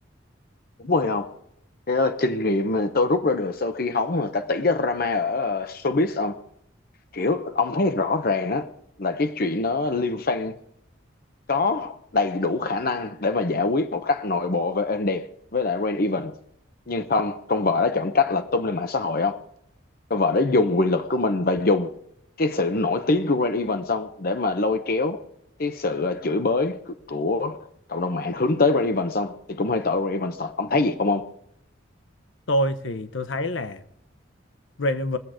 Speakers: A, on the left (about 50°); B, on the left (about 75°).
A: đúng rồi không thế là kinh nghiệm mà tôi rút ra được sau khi hóng người ta tỉ cái drama ở ờ, showbiz ông kiểu ông thấy rõ ràng đó là cái chuyện nó Liêm Phan có đầy đủ khả năng để mà giải quyết một cách nội bộ và êm đẹp với lại Rain Evans nhưng không con vợ đã chọn cách là tung lên mạng xã hội ông Cái vở đó dùng quyền lực của mình và dùng cái sự nổi tiếng của Rain Event xong để mà lôi kéo cái sự ờ, chửi bới của, cộng đồng mạng hướng tới Rain Event xong thì cũng hơi tội Rain Event thật. Ông thấy gì không ông?
B: tôi thì tôi thấy là Raven